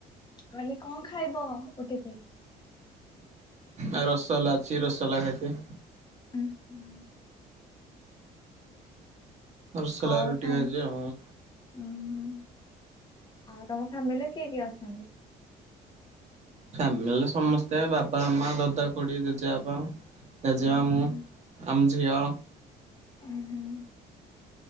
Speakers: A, on the left; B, on the right.
A: ମୁଁ କହିଲି କଣ ଖାଇବ ଉଠିକି।
B: ଆ ରସଗଲଲା ଅଛି ରସଗୋଲା ଖାଇଦେବି।
A: ଉ ହୁଁ।
B: ରସଗୋଲା
A: ଆଉ
B: ରୁଟି
A: କାମ
B: ଖାଇଚି
A: <unintelligible>
B: ଆଉ।
A: ଉଁ ହୁଁ ଆଉ ତମ ଫାମିଲିରେ କିଏ କିଏ ଅଛନ୍ତି?
B: ଫ୍ୟାମିଲିରେ ସମସ୍ତେ ବାବା ମା ଦଦା ଖୁଡି ଜେଜେ ବାପା। ଜେଜେମା
A: ଉଁ
B: ମୁଁ
A: ହୁଁ
B: ଆମଝିଅ।
A: ଉଁ ହୁଁ